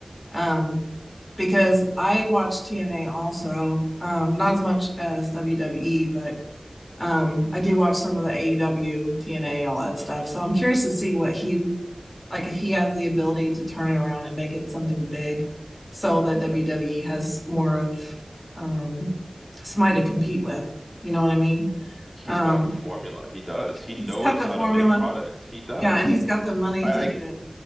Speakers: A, on the left; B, in the centre.
A: Um, because I watch TNA also, um, not as much as WWE, but Um, I do watch some of the AEW, TNA, all that stuff.
B: hmm
A: So I'm curious to see what he like if he has the ability to turn it around and make it something big so that WWE has more of um somebody to compete with. You know what I mean?
B: He's
A: Um,
B: got the formula. He does. He knows
A: he's got the
B: how
A: formula.
B: to make product. He does.
A: Yeah, and he's got the money
B: I,
A: to do
B: I